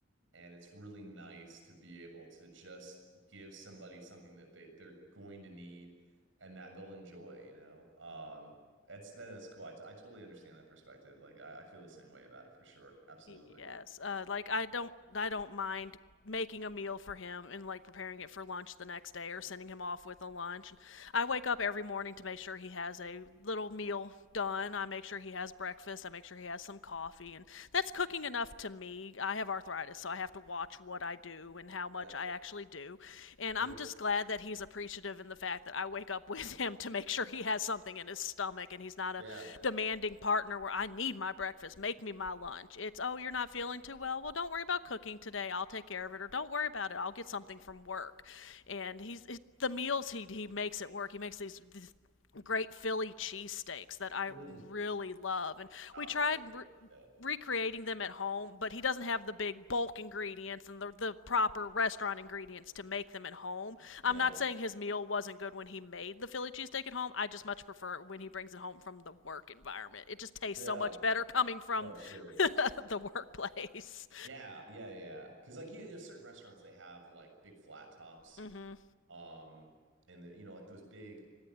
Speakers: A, on the right; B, on the left.
A: And it's really nice to be able to just give somebody something that they, they're going to need and that they'll enjoy, you know? Um, that's then that's cool. I, t I totally understand that perspective. Like I, I feel the same way about it for sure. Absolutely.
B: yes uh, like i don't i don't mind making a meal for him and like preparing it for lunch the next day or sending him off with a lunch I wake up every morning to make sure he has a little meal done. I make sure he has breakfast. I make sure he has some coffee. And that's cooking enough to me. I have arthritis, so I have to watch what I do and how much
A: Yeah,
B: I actually do. And
A: sure.
B: I'm just glad that he's appreciative in the fact that I wake up <laughs> with him to make sure he has something in his stomach and he's not a
A: Yeah.
B: demanding partner where I need my breakfast, make me my lunch. It's, oh, you're not feeling too well? Well, don't worry about cooking today. I'll take care of it. Or don't worry about it. I'll get something from work work. And he's it, the meals he he makes it work. He makes these, these great Philly cheesesteaks that I
A: Mm.
B: really love. And
A: Oh,
B: we
A: I
B: tried
A: love sure.
B: re-
A: Yeah.
B: recreating them at home, but he doesn't have the big bulk ingredients and the, the proper restaurant ingredients to make them at home. I'm
A: Yeah.
B: not saying his meal wasn't good when he made the Philly cheesesteak at home. I just much prefer when he brings it home from the work environment. It just tastes
A: Yeah.
B: so much better coming from
A: Oh, sure.
B: <laughs> the workplace.
A: Yeah, yeah, yeah. yeah. Because like you, you know, certain restaurants they have like big flat tops,
B: Mm-hmm.
A: um, and the, you know, like those big